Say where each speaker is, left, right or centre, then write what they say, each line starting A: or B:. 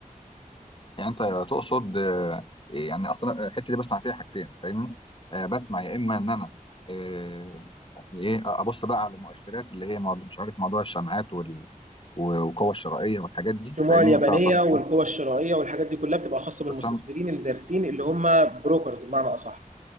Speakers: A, on the left; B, on the right.
A: يعني انت تقصد آه، يعني اصلا الحته اللي بسمع فيها حاجتين فاهمني آه، بسمع يا اما ان انا آه، يعني ايه ابص بقى على المؤشرات اللي هي موضوع مش عارف موضوع الشمعات وال- و- والقوه الشرائيه والحاجات دي
B: الشموع
A: فاهمني
B: اليابانيه
A: بس انا صح بفهم-
B: والقوى الشرائيه والحاجات دي كلها بتبقى خاصه بالمستثمرين
A: بس انا
B: اللي دارسين اللي هم بروكرز بمعنى اصح